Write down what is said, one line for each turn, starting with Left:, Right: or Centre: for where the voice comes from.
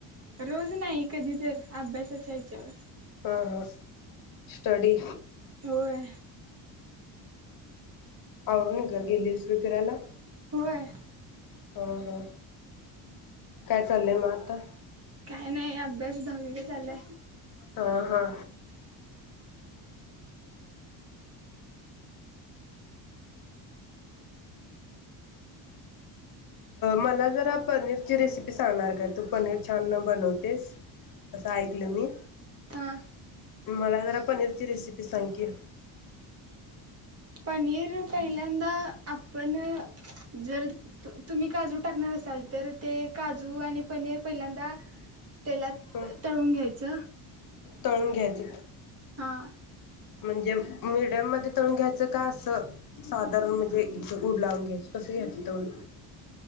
Right: रोज नाही कधी तर अभ्यासाच्या ह्याच्यावर
Left: हा. स्टडी.
Right: होय
Left: आवरून गेलीस होय फिरायला.
Right: होय
Left: हा हा. काय चाललंय मग आता.
Right: काय नाही अभ्यास दहावी चालल्या.
Left: हा हा. मला जरा पनीरची रेसिपी सांगणार काय तू पनीर छान बनवतेस असं ऐकलं मी.
Right: हा.
Left: मला जरा पनीरची रेसिपी सांग की.
Right: पनीर पहिल्यांदा आपण जर तुम्ही काजू टाकणार असाल तर ते काजू आणि पनीर पहिल्यांदा तेलात
Left: हं
Right: तळून घ्यायचं.
Left: तळून घ्यायच.
Right: हा
Left: म्हणजे मीडियम मध्ये तळून घ्यायचं का असं साधारण म्हणजे उब लावून घ्यायच कसं घ्यायचं तळून.